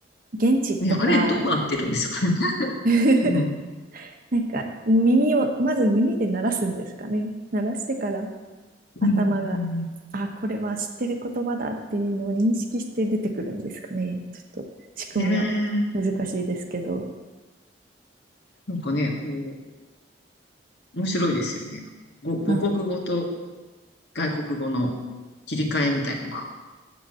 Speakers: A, on the right (about 50°); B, on the left (about 65°).
A: 現地とか、
B: ね、あれどうなってるんですかね。<laughs>
A: <laughs>
B: うん。
A: なんか耳を、まず耳で鳴らすんですかね。鳴らしてから頭が、
B: うん、うん。
A: あ、これは知ってる言葉だっていうのを認識して出てくるんですかね。ちょっと仕組みは難しいですけど。
B: ねえ。なんかね、こう、面白いですよね。ご母国語と
A: あ、
B: 外国語の切り替えみたいのが。